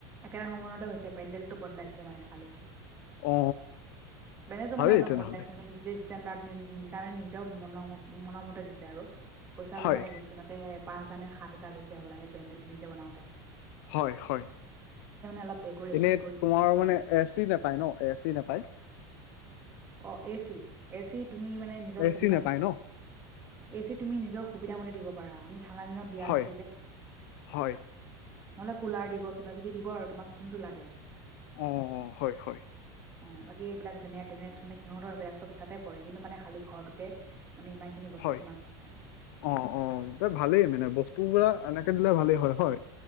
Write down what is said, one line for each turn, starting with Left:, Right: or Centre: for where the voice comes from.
Right: একেটা ভৱনতে হৈছে পেণ্ডেলটো বদলাইছে মানে খালি।
Left: অ
Right: পেণ্ডেলটো
Left: ভালেই
Right: মানে অলপ
Left: তেনেহলে
Right: বদলাইছে মানে নিজে ষ্টেণ্ডাৰ্ড তাৰ মানে নিজৰ মনৰ-মনৰ মতে দিছে আৰু পইচা অলপ
Left: হয়
Right: মানে তাতে পাঁচ হাজাৰ নে সাত হাজাৰ গৈছে হবলা এই পেণ্ডেল নিজে বনাওতে।
Left: হয়, হয়,
Right: অলপ ডেক'ৰেশ্যন
Left: এনেই
Right: কৰিছে
Left: তোমাৰ
Right: যে সেইকাৰণে
Left: মানে এ চি নাপায় ন এ চি নাপায়।
Right: অ', এচি? এচি তুমি মানে নিজৰ
Left: এ
Right: সুবিধা
Left: চি নাপায় ন
Right: এ চি তুমি নিজৰ সুবিধা মতে দিব পাৰা আমি ঠাণ্ডা দিনত বিয়া
Left: হয়
Right: হৈছিল যে।
Left: হয়।
Right: নহ'লে কুলাৰ দিব কিবা কিবি দিব আৰু তোমাক যোনটো লাগে।
Left: অ', অ', হয়, হয়।
Right: অ', বাকী এইবিলাক যেনেত তেনেত মানে সিহঁতৰ হেইবিলাক চব এটাতে পৰে কিন্তু মানে খালী ঘৰটোতে মানে সিমান খিনি বস্তু
Left: হয়
Right: তোমাৰ <inaudible> আৰু।
Left: অ', অ', ত ভালেই মানে বস্তুবিলাক এনেকে দিলে ভালেই হয়, হয়।